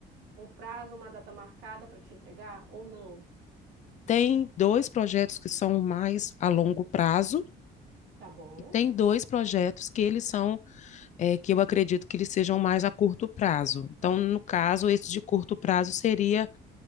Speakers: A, on the right; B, on the left.
A: um prazo, uma data marcada para te entregar ou não?
B: Tem dois projetos que são mais a longo prazo
A: Tá bom?
B: e tem dois projetos que eles são, é, que eu acredito que eles sejam mais a curto prazo. Então, no caso, esse de curto prazo seria